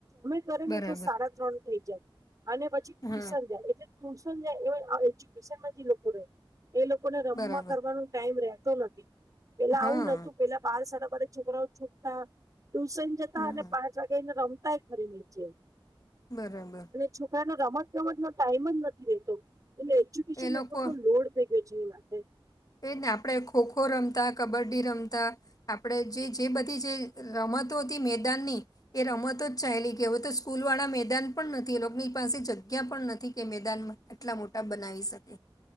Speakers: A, on the right (about 40°); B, on the left (about 40°).
A: કરે
B: બરાબર
A: ને તો સાડા ત્રણ થઈ જાય અને પછી ટ્યુશન
B: હા
A: જાય એટલે ટ્યુશન જાય એ એજ્યુકેશનમાં જે લોકો રહે એ લોકોને રમવા
B: બરાબર
A: કરવાનો ટાઈમ રતો નથી. પેલા
B: હા
A: આવું નતું પેલા બાર સાડાબારે છોકરાઓ છૂટતા. ટ્યુશન જતા
B: હમ
A: અને પાંચ વાગ્યા એને રમતાય ખરી નીચે.
B: બરાબર.
A: છોકરા ને રમત ગમત નો ટાઈમ જ નથી રેતો એટલે એજ્યુકેશન
B: એ લોકો
A: એટલો બધો લોડ ની માટે.
B: એજ ને આપણેે ખોખો રમતા કબડ્ડી રમતા. આપણે જે જે બધી જે રમતો હતી મેદાનની. એ રમતો જ ચાલી ગઈ. હવે તો સ્કૂલ વાળા મેદાન પણ નથી એ લોકોની પાસે જગ્યા પણ નથી કે મેદાનમાં. આટલા મોટા બનાવી શકે.